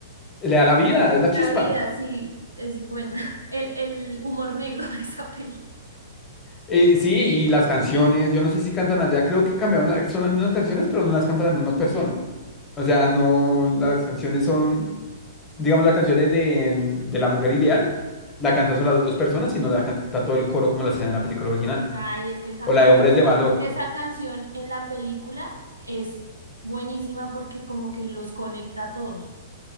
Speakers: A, on the left; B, on the right.
A: Le da la vida, es la
B: La
A: chispa.
B: vida, sí, es buena. <laughs> El, el humor negro de esa película.
A: Eh, sí, y las canciones, yo no sé si cantan allá, creo que cambiaron, la- son las mismas canciones, pero no las cantan las mismas personas. O sea, no, las canciones son, digamos, las canciones de, mm, de La Mujer Ideal, la cantan solo las dos personas, sino la canta todo el coro como la hacían en la película original.
B: Ay, es que esa
A: O la
B: peli-
A: de Hombres de Valor.
B: esa canción en la película es buenísima porque como que los conecta a todos